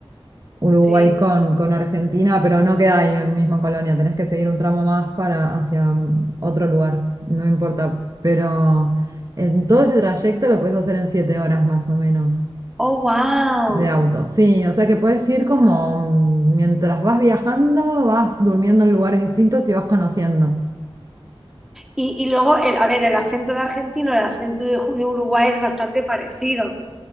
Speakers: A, on the right; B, in the centre.
A: Uruguay
B: Sí.
A: con, con Argentina, pero no queda ahí en misma colonia, tenés que seguir un tramo más para hacia mm, otro lugar, no importa, pero en todo ese trayecto lo puedes hacer en siete horas más o menos
B: Oh, wow.
A: de auto. Sí, o sea que puedes ir como mm, mientras vas viajando, vas durmiendo en lugares distintos y vas conociendo.
B: Y, y luego, el, a ver, el acento de argentino, el acento de, Ju- de Uruguay es bastante parecido.